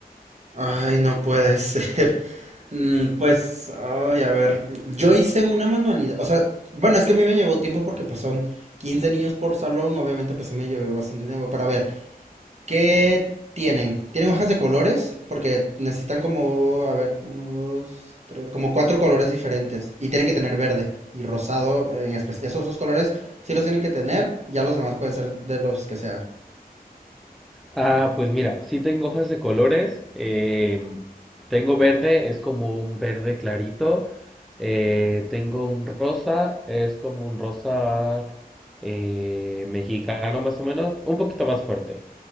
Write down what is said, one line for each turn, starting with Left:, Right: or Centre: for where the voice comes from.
Right: Ay, no puede ser. <laughs> Mm, Pues, ay, a ver, yo hice una manualidad, o sea, bueno, es que a mí me llevó tiempo porque pues son 15 niños por salón, obviamente pues sí me llevé bastante tiempo, pero a ver, ¿Qué tienen? ¿Tienen hojas de colores? Porque necesitan como, a ver, uno, dos, tres, como cuatro colores diferentes. Y tienen que tener verde y rosado en especial. Esos dos colores sí los tienen que tener, ya los demás pueden ser de los que sea.
Centre: Ah, pues mira, sí tengo hojas de colores. em, tengo verde, es como un verde clarito. eh, tengo un rosa, es como un rosa eh, mexicano más o menos, un poquito más fuerte.